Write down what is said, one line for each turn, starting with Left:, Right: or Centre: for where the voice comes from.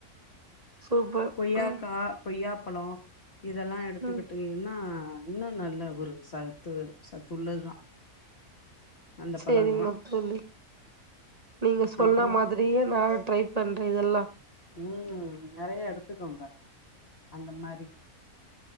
Right: சூப்பர்.
Left: கொய்யாக்கா
Right: ம்.
Left: கொய்யாப்பழோ இதெல்லா எடுத்துக்கிட்
Right: ம்.
Left: ன்னா இன்னு நல்ல ஒரு சத்து சத்துள்ளதுதா அந்த
Right: செரிங்க
Left: பழங்கள்லா
Right: தோழி நீங்க சொன்ன
Left: அப்புறோ
Right: மாதிரியே நா ட்ரை பண்றே இதெல்லா
Left: ம் நெறைய எடுத்துக்கோங்க அந்த மாரி